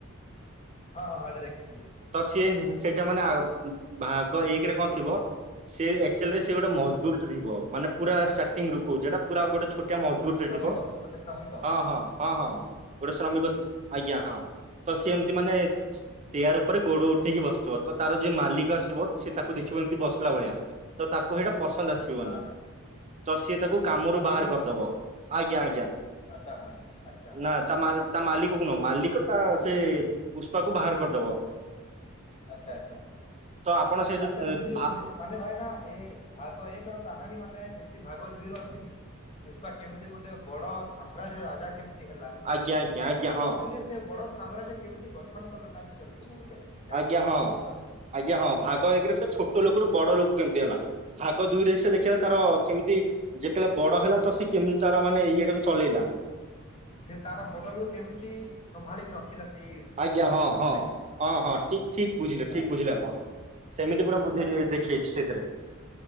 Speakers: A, on the left; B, on the right.
A: ହଁ ହଁ ହେଈଟା ଦେଖିଥିଲି।
B: ତ ସିଏ ସେ ସେ ସେଇଟା ମାନେ ଆ ଉ ମ ଭାଗ ଏକେ ରେ କଣ ଥିବ ସେ ଆକଚୁଆଲି ସେ ଗୋଟେ ମଜଦୁର ଟ ଥିବ ମାନେ ପୁରା ଷ୍ଟାର୍ଟିଂ ରୁ କହୁଚି ହେଟା ପୁରା ଗୋଟେ ଛୋଟିଆ ମଜ ଦୁର ଟେ
A: ଶ୍ରମିକ
B: ଥିବ
A: ଗୋଟେ ଶ୍ରମିକ
B: ହଁ ହଁ ହଁ ହଁ ଗୋଟେ ଶ୍ରମିକ ଥି ଆ ଆଜ୍ଞା ହଁ ତ ସେ ଏମତି ମାନେ <unintelligible> ଉପରେ ଗୋଡ ଉଠେଇକି ବସଥିବ ତାର ଯିଏ ମାଲିକ ଆସିବ ସେ ତାକୁ ଦେଖିବ ଏମିତି ବସିଲା ଭଳିଆ ତ ତାକୁ ସେଇଟା ପସନ୍ଦ ଆସିବନି
A: ହଁ ଆଜ୍ଞା
B: ତ ସିଏ ତାକୁ କାମରୁ
A: ତା
B: ବାହାର
A: ମାଲିକକୁ
B: କରିଦବ। ଆଜ୍ଞା ଆଜ୍ଞା
A: ଆଚ୍ଛା ଭାଇନା ଆଚ୍ଛା ହଁ
B: ନା ତା ମା ତା ମାଲିକ କୁ ନୁହ ମାଲିକ ତା ସେ ପୁଷ୍ପାକୁ ବାହାର କରିଦବ।
A: ଆଚ୍ଛା ଆଚ୍ଛା
B: ତ ଆପଣ ସେ ଯୋଉ
A: ଆଚ୍ଛା
B: ଏ
A: ବୁଝିଲୁ
B: ଭା
A: ବୁଝିଲୁ ମାନେ ଭାଇନା ଏ ଭାଗ ଏକ ର କାହାଣୀ ମାନେ ଯେମିତି ଭାଗ ଦୁଇ ର ଅଛି କି ପୁଷ୍ପା କେମିତି ଗୋଟେ ବଡ ସାମ୍ରାଜ୍ୟ ରାଜା କେମିତି ହେଲା
B: ଆଜ୍ଞା ଆଜ୍ଞା
A: ତାହେଲେ
B: ଆଜ୍ଞା
A: ଭାଗବ
B: ହଁ
A: ଦୁଇ ରେ ସେ ବଡ ସାମ୍ରଜ୍ୟ କେମିତି ଗଠନ କଲ ତା ବିଷୟରେ ଥିବ ବୋଧେ ଯାହା
B: ଆଜ୍ଞା
A: ମୁଁ ଅନୁମାନ
B: ହଁ
A: କରିପାରୁଚି?
B: ଆଜ୍ଞା ହଁ ଭାଗ ଏକେ ରେ ସେ ଛୋଟ ଲୋକରୁ ବଡ ଲୋକ କେମିତି ହେଲା ଭାଗ ଦୁଇରେ ସେ ଦେଖିଲା ତାର କେମିତି ଯେତେବେଳେ ବଡ ହେଲା ତ ସେ କେମିତି ତାର ମାନେ ଇଏଟାକୁ ଚଲେଇଲା।
A: ସେ ତାର ପଦବୀ କୁ କେମିତି ସମ୍ଭାଳିକି ରଖିଲା ସେଇ
B: ଆଜ୍ଞା
A: ଉପର
B: ହଁ
A: ଲେବଲରେ
B: ହଁ
A: ନାଇଁ କି
B: ହଁ ହଁ ଠିକ ଠିକ ବୁଝିଲେ ଠିକ
A: ଆଚ୍ଛା
B: ବୁଝିଲେ ଆପଣ। ସେମିତି ପୁରା ବୁଝି
A: ଭାଇ ହଁ ଭାଇନା
B: ଦେଖେଇଚି ସେଇଥିରେ।